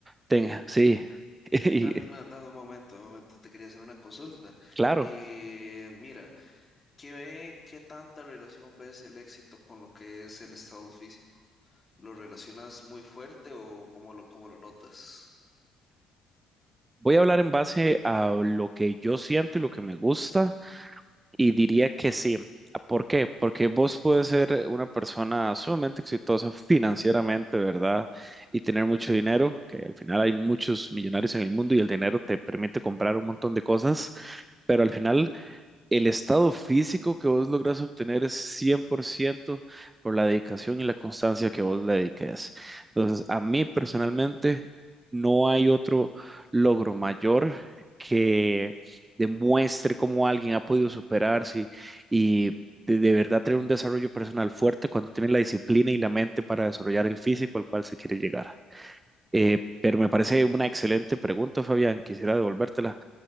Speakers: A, on the right; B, on the left.
A: tenga,
B: Uh,
A: sí, <laughs> y
B: dame una- dame un momento, un momento, te quería hacer una consulta.
A: claro,
B: Eh, mira. ¿Qué, qué tanta relación ves el éxito con lo que es el estado físico? ¿Lo relacionas muy fuerte o cómo lo, cómo lo notas?
A: voy a hablar en base a lo que yo siento y lo que me gusta Y diría que sí. ¿Por qué? Porque vos puedes ser una persona sumamente exitosa financieramente, ¿verdad? Y tener mucho dinero, que al final hay muchos millonarios en el mundo y el dinero te permite comprar un montón de cosas, pero al final el estado físico que vos lográs obtener es 100% por ciento por la dedicación y la constancia que vos le dediques. Entonces, a mí personalmente no hay otro logro mayor que demuestre cómo alguien ha podido superarse y de, de verdad tener un desarrollo personal fuerte cuando tiene la disciplina y la mente para desarrollar el físico al cual se quiere llegar. Eh, pero me parece una excelente pregunta, Fabián. Quisiera devolvértela.